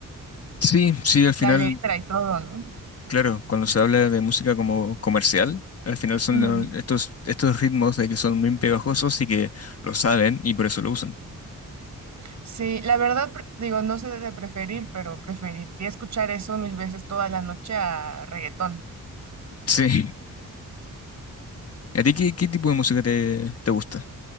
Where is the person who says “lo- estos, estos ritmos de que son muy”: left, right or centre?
Left